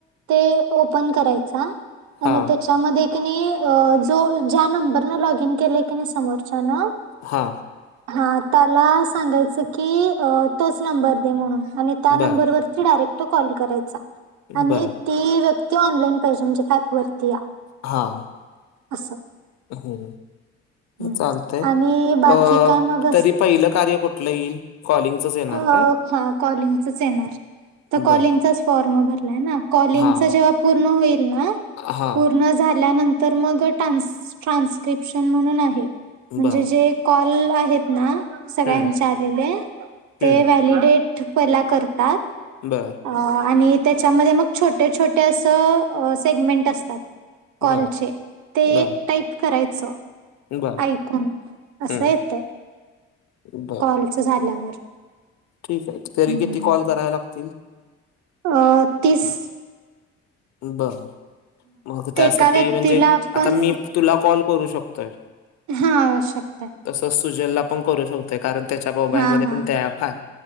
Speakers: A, on the right; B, on the left.
A: ते ओपन करायचा आणि
B: हा
A: त्याच च्यामध्ये की नाय अ जो ज्या नंबर न लॉगईन केलंय की नाय समोरच्यान
B: हा
A: हा त्याला सांगायच की, अ तोच नंबर दे म्हणून आणि त्या
B: बर
A: नंबरवरती डायरेक्ट कॉल करायचा आणि
B: बर
A: ती व्यक्ती ऑनलाईन पाहिजे. म्हणजे ऍप वरती या
B: हां
A: असं.
B: हो.
A: हम्म.
B: चालतय,
A: आणि बाकी
B: अ
A: काय मग अस
B: तरी पहिलं कार्य कुठलं येईल? कॉलिंगचच. येणार
A: अ,
B: काय
A: हा कॉलिंगचच येणार, तर कॉलिंगचाच
B: बर
A: फॉर्म भरलाय ना. कॉलिंग
B: हा
A: जेव्हा पूर्ण होईल ना,
B: हा
A: पूर्ण झाल्यानंतर तर मग ट, ट्रान्स्क्रिप्शन म्हणून आहे. म्हणजे
B: बर
A: जे कॉल आहेत ना, सगळ्यांचे
B: हम्म
A: आलेले. ते
B: हम्म
A: व्हॅलिडेट पहिला करतात.
B: बरं.
A: अ, आणि त्याच्यामध्ये मग छोट्या, छोटे असं सेगमेंट असतात. कॉलचे,
B: बर
A: ते
B: बर
A: टाईप करायचं.
B: बर
A: ऐकून, असं
B: हम्म
A: येतय,
B: बर
A: कॉलच झाल्यावर.
B: ठीक हाय, तरी
A: हम्म
B: किती कॉल करावे लागतील?
A: अ, तीस.
B: बरं, मग त्यासाठी
A: एका व्यक्तीला
B: म्हणजे,
A: आपण
B: आता मी तुला कॉल करू शकतोय?
A: हा, शकताय.
B: तसच सुजलला पण करू शकतोय, कारण त्याच्या मोबाईलमध्ये
A: हा
B: पण
A: हा
B: ते ॲप हाय.